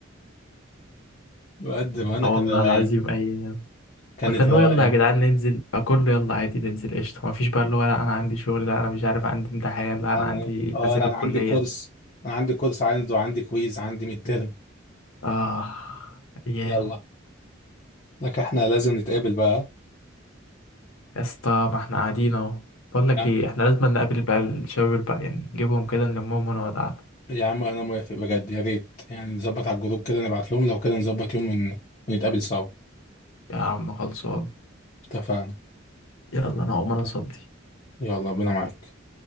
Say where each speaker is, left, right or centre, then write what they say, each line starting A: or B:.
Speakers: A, on the left (about 40°); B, on the left (about 85°).
A: بقد ما انا
B: اه
A: كان
B: والله
A: روقان
B: العظيم اي
A: كانت
B: كنت اللي
A: روقان
B: هو يلا يا جدعان ننزل فكله يلا عادي ننزل قشطة مفيش بقى اللي هو لا أنا عندي شغل لا أنا مش عارف عندي امتحان لا
A: لا
B: أنا
A: انا
B: عندي
A: اه
B: نازل
A: لا انا
B: الكلية
A: عندي كورس انا عندي كورس عندي وعندي كويز عندي ميد ترم
B: آه أيام
A: يلا لك احنا لازم نتقابل بقى
B: يا اسطى ما احنا قاعدين أهو بقول لك
A: يا عم
B: إيه احنا لازم نقابل بقى الشباب الباقي يعني نجيبهم كده نلمهم ونقعد قعدة
A: يا عم انا موافق بجد يا ريت يعني نظبط على الجروب كده نبعت لهم لو كده نظبط يوم ون- ونتقابل سوا
B: يا عم خلصان
A: اتفقنا
B: يلا أنا هقوم أنا أصلي
A: يلا بينا معاك